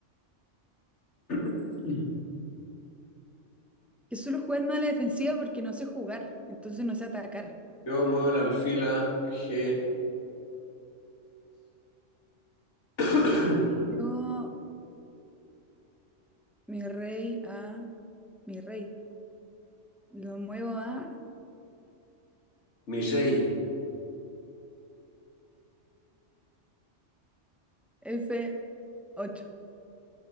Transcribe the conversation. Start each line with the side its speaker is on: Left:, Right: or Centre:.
Left: <clears throat>
Centre: Que suelo jugar más a la defensiva porque no sé jugar. Entonces no sé atacar.
Left: Yo muevo el alfil a G6. <clears throat>
Centre: Yo, mi rey a... Mi rey. Lo muevo a
Left: Mi rey.
Centre: f ocho.